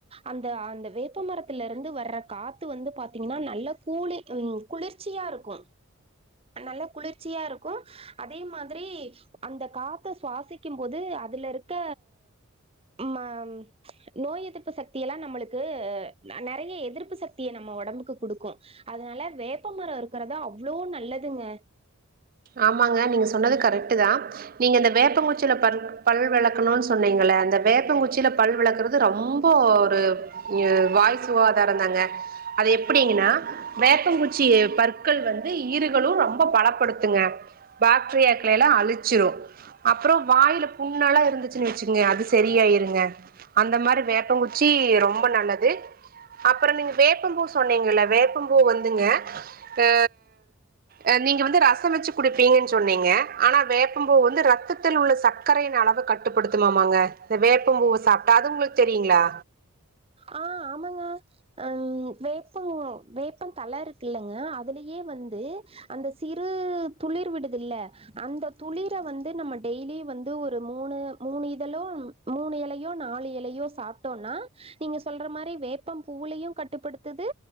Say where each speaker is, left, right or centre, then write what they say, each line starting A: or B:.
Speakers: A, on the right (about 25°); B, on the right (about 40°).
A: அந்த அந்த வேப்பமரத்துல இருந்து வர்ற காத்து வந்து பாத்தீங்கன்னா நல்ல கூலி ம் குளிர்ச்சியா இருக்கும் நல்ல குளிர்ச்சியா இருக்கும் அதே மாதிரி அந்த காத்த சுவாசிக்கு போது அதுல இருக்க ம ச் நோய் எதிர்ப்பு சக்தியெல்லா நம்மளுக்கு நெறைய எதிர்ப்பு சக்திய நம்ம உடம்புக்கு குடுக்கு அதனால வேப்பமர இருக்கறது அவ்ளோ நல்லதுங்க
B: ஆமாங்க நீங்க சொன்னது கரெட் தான் நீங்க இந்த வேப்பங்குச்சியிலே பல் பல் விளக்கணுனு சொன்னீங்கள்லே அந்த வேப்பங்குச்சியில பல் விளக்குறது ரொம்ப ஒரு வாய் சுவாதாரந்தாங்க அது எப்டின்னா வேப்பங்குச்சி பற்கள் வந்து ஈருகளு ரொம்ப பலப்படுத்து துங்க பாக்டீரியாகளேளா அழிச்சுரு அப்புற வாய்லே புண்ணல்லா இருந்துச்சுன்னு வச்சுக்குங்க அது சரியாயிருங்க அந்த மாரி வேப்ப குச் சி ரொம்ப நல்லது அப்புற நீங்க வேப்பம்பூ சொன்னீங்கல்ல வேப்பம்பூ வந்துங்க ஆ ஆ நீங்க வந்து ரச ரசம் வச்சு குடுப்பீங்க சொன்னீங்க ஆனா வேப்பம்பூ வந்து ரத்தத்தில் உள்ள சர்க்கரையின் அளவ கட்டுப்படுத்து மா மாங்க இந்த வேப்ப பூவ சாப்ட்டா அது உங்களுக்கு தெரியுங்களா
A: ஆஹ் ஆமாங்க ஹம் வேப்ப வேப்ப தல இருக்கு இல்லங்க அதுலயே வந்து அந்த சிறு துளிர் விடுது இல்ல அந்த துளிர வந்து நம்ம டெய்லி வந்து ஒரு மூணு மூணு இதலோ மூணு இலையோ நாலு இலையோ சாப்டோனா நீங்க சொல்ற மாரி வேப்ப பூவ்லையு கட்டுப்படுத்துது